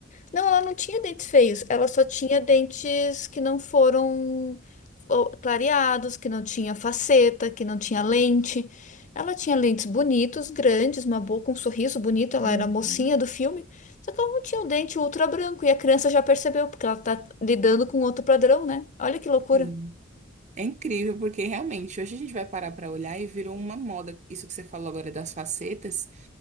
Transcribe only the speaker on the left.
Não, ela não tinha dentes feios, ela só tinha dentes que não foram ó, clareados, que não tinha faceta, que não tinha lente. Ela tinha lentes bonitos, grandes, uma boca, um sorriso bonito, ela
era a mocinha do filme, só que ela não tinha um dente ultra branco e a criança já percebeu, porque ela tá lidando com outro padrão, né? Olha que loucura.